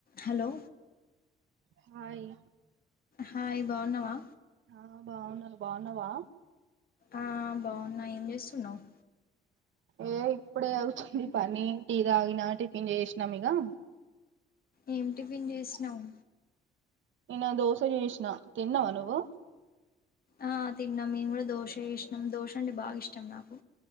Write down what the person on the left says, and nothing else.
Hello
hi బాగున్నావా.
ఆహ్ బాగున్నా. ఏం చేస్తున్నావ్.
ఏమిటిఫిన్ చేసినావు.
ఆహ్ తిన్నాం మేము కూడా దోశ చేసినం దోశ అంటే బాగా ఇష్టం నాకు.